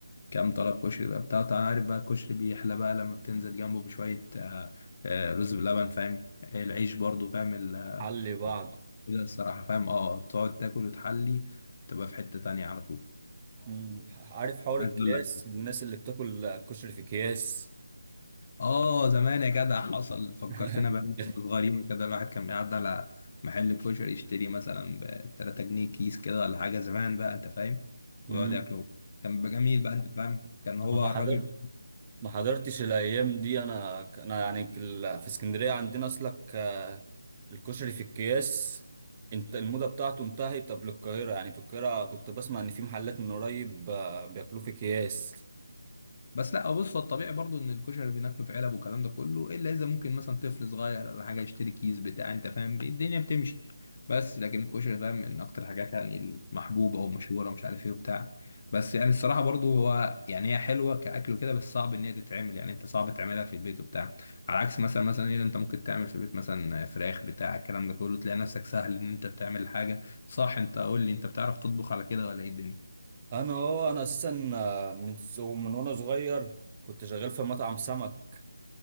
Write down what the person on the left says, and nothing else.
كام طلب كشري بقى بتاع انت عارف بقى الكشري بيحلى بقى لما بتنزل جنبه بشويه آه، آه، رز بلبن فاهم آه، العيش برضه فاهم ال- آه،
كده الصراحه فاهم اه تقعد تاكل وتحلي تبقى في حته تانية على طول
عايز
اقول لك
اه زمان يا جدع حصل فكرتنا
بقى لما كنا صغيرين وكده الواحد كان بيعدي على محل كشري يشتري مثلا ب 3 جنيه كيس كده ولا حاجه زمان بقى انت فاهم
ويقعد ياكله كان بيبقى جميل بقى انت فاهم كان
هو
الراجل
بس لا بص هو الطبيعي برضو ان الكشري بناكله في علب والكلام ده كله الا اذا ممكن مثلا طفل صغير ولا حاجه يشتري كيس بتاع انت فاهم الدنيا بتمشي بس لكن الكشري فاهم من اكتر الحاجات يعني المحبوبه او مشهوره مش عارف ايه وبتاع بس يعني الصراحه برضو هو يعني هي حلوه كاكل وكده بس صعب ان هي تتعمل يعني انت صعب تعملها في البيت وبتاع على عكس مثلا مثلا ايه اللي انت ممكن تعمل في البيت مثلا فراخ بتاع الكلام ده كله تلاقي نفسك سهل ان انت بتعمل حاجه صح انت قول لي انت بتعرف تطبخ على كده ولا ايه الدنيا